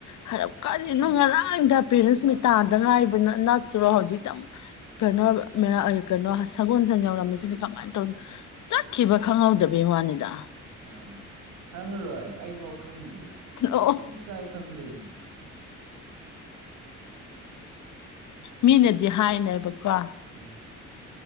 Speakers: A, on the left; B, on the right.
A: ꯐꯔꯞ ꯀꯔꯤꯅꯣ
B: ꯎꯝ
A: ꯉꯔꯥꯡꯊ ꯄꯦꯔꯦꯟꯁ ꯃꯤ ꯇꯥꯗ ꯉꯥꯏꯕꯅ ꯅꯠꯇ꯭ꯔꯣ ꯍꯧꯖꯤꯛꯇꯝ ꯀꯩꯅꯣ ꯀꯩꯅꯣ ꯁꯒꯣꯜ ꯁꯟ ꯌꯥꯧꯔꯝꯃꯤꯁꯤꯗꯤ ꯀꯃꯥꯏꯅ ꯇꯧ ꯆꯠꯈꯤꯕ ꯈꯪꯍꯧꯗꯕꯩ ꯋꯥꯅꯤꯗ
B: ꯑꯥ ꯈꯪꯉꯔꯣꯏ ꯑꯩ ꯐꯥꯎ ꯈꯪꯗ꯭ꯔꯤ
A: ꯑꯣ
B: ꯅꯗꯤ ꯀꯥꯏ ꯈꯪꯗꯏꯅ
A: ꯃꯤꯅꯗꯤ ꯍꯥꯏꯅꯦꯕꯀꯣ
B: ꯑꯥ